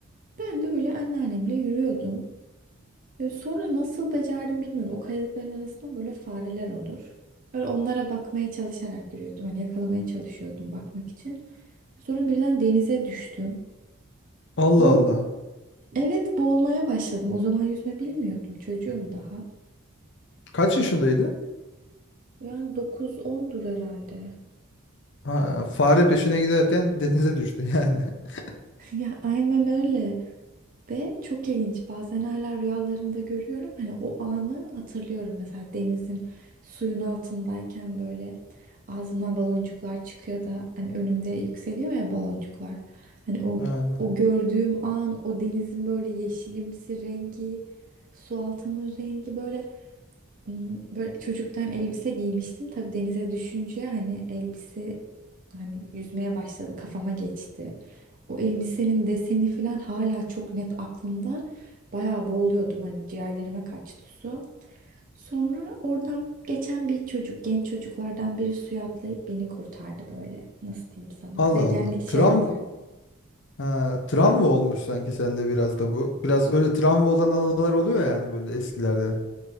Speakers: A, on the right (about 40°); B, on the left (about 55°).
A: Ben de öyle anneannemle yürüyordum. E, Sonra nasıl becerdim bilmiyorum. O kayalıkların arasında böyle fareler olur. Böyle onlara bakmaya çalışarak yürüyordum. Hani yakalamaya çalışıyordum bakmak için. Sonra birden denize düştüm.
B: Allah
A: O
B: Allah.
A: evet boğulmaya başladım. O zaman yüzme bilmiyordum. Çocuğum daha.
B: Kaç yaşındaydı?
A: Yani dokuz ondur herhalde.
B: Ha, fare peşine giderken <laughs> denize düştü yani. <laughs>
A: Ya aynen öyle. Ve çok ilginç. Bazen hala rüyalarımda görüyorum. Hani o anı hatırlıyorum. Mesela denizin suyun altındayken böyle ağzımdan baloncuklar çıkıyor da hani önümde yükseliyor ya baloncuklar. Hani o
B: Ha,
A: o gördüğüm an, o denizin böyle yeşilimsi rengi, su altının rengi böyle Hmm, Böyle çocuktan elbise giymiştim. Tabii denize düşünce hani elbise hani yüzmeye başladı, kafama geçti. O elbisenin deseni falan hala çok net aklımda. Bayağı boğuluyordum hani ciğerlerime kaçtı su. Sonra oradan geçen bir çocuk, genç çocuklardan biri suya atlayıp beni kurtardı böyle. Nasıl diyeyim sana?
B: Allah
A: Ergenlik
B: Allah. Tram
A: çağındaydım.
B: ha, travma olmuş sanki sende biraz da bu. Biraz öyle travma olan anılar oluyor yani böyle eskilerde.